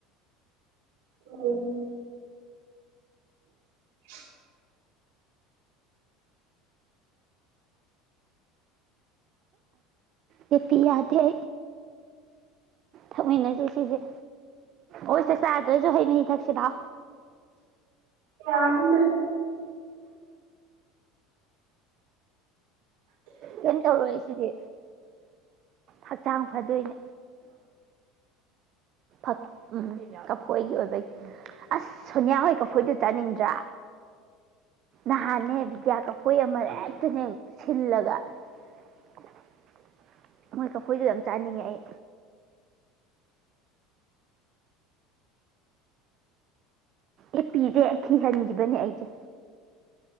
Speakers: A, on the right (about 65°); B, on the right (about 45°).
A: ꯎꯝ <unintelligible>
B: ꯅꯦꯠꯇꯤ ꯌꯥꯗꯔꯦ ꯊꯃꯤꯟꯅꯁꯦ ꯁꯤꯁꯦ ꯍꯣꯏꯁꯦ ꯆꯥꯗꯔꯤ ꯍ ꯍꯩꯃꯍꯤ ꯊꯛ ꯁꯤꯗꯥ
A: ꯌꯥ ꯀꯗ
B: ꯀꯩꯅꯣ ꯇꯧꯔꯣꯏꯏ ꯁꯤꯗꯤ ꯍꯛꯆꯥꯡ ꯐꯗꯣꯏꯅꯦ ꯑ ꯎꯝ ꯀꯐꯣꯏꯒꯤ ꯑꯣꯏꯕ ꯑꯁ ꯁꯣꯅꯤꯌꯥ ꯍꯣꯏ ꯀꯐꯣꯏꯗꯨ ꯆꯥꯅꯤꯡꯗ꯭ꯔꯥ ꯅꯍꯥꯟꯅꯦ ꯕꯤꯗ꯭ꯌꯥ ꯍꯣꯏ ꯑꯃ ꯍꯦꯛꯇ ꯁꯤꯜꯂꯒ <unintelligible> ꯃꯣꯏ ꯀꯐꯣꯏꯁꯨ ꯌꯥꯝ ꯆꯥꯅꯤꯡꯉꯦ ꯑꯩ ꯑꯦ ꯄꯤꯔꯦꯈꯤꯍꯟꯈꯤꯕꯅꯦ ꯑꯩꯁꯦ